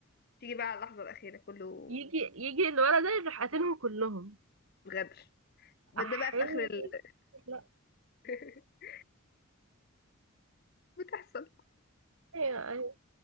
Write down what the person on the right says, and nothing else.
يجي يجي الولد ده يروح قاتلهم كلهم
احي
لا
ايوه ايوه